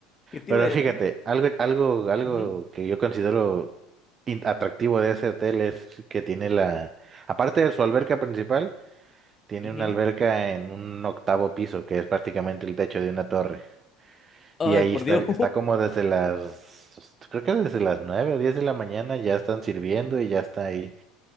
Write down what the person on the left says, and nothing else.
¿Qué te
iba a decir?
Ujú,
ujú.
Ay,
por
Dios.